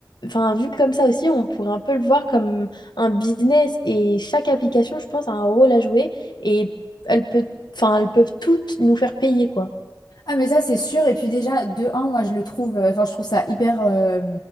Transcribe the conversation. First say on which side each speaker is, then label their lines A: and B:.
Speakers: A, on the left; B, on the left.
A: Enfin, vu comme ça aussi, on pourrait un peu le voir comme un business et chaque application, je pense, a un rôle à jouer et elles peut, enfin, elles peuvent toutes nous faire payer, quoi.
B: Ah mais ça c'est sûr et puis déjà de un moi je le trouve euh, enfin je trouve ça hyper euh,